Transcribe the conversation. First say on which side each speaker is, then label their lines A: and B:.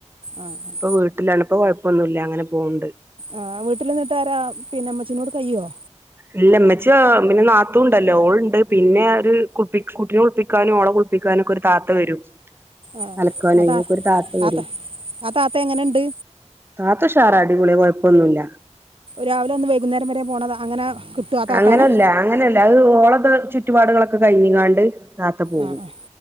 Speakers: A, on the right (about 45°); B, on the right (about 20°).
A: ആഹ് ആഹ്
B: വീട്ടിലാണിപ്പോ കൊയപ്പൊന്നുല്ല അങ്ങനെ പോണ്ട്
A: ആഹ് വീട്ടിൽന്നിട്ടാരാ പിന്നെ ഉമ്മച്ചീനോട് കയ്യുവോ
B: ഇല്ലമ്മച്ചി പിന്നെ നാത്തുണ്ടല്ലോ ഓളുണ്ട് പിന്നെ ഒരു കു കുട്ടിനെ കുളിപ്പിക്കാനും ഓളെ കുളി പ്പിക്കാനൊക്കെ ഒരു താത്ത വരും
A: ആഹ്
B: അലക്കാനും
A: അതാ
B: അയിനൊക്കെ ഒരു താത്ത വരും
A: ആത്ത ആഹ് താത്ത എങ്ങനെണ്ട്
B: താത്തുഷാറ അടിപൊളി കൊയപ്പൊന്നുല്ല
A: രാവിലെ വന്ന് വൈകുന്നേരം വരെ പോണതാ അങ്ങനെ കിട്ടുമോ ആ താത്താനെ
B: അങ്ങനെല്ല അങ്ങനെല്ല അത് ഓളത് ചുറ്റുപാടുകളൊക്കെ കഴിഞ്ഞിങ്ങാണ്ട് താത്ത പോകും
A: ആ ആ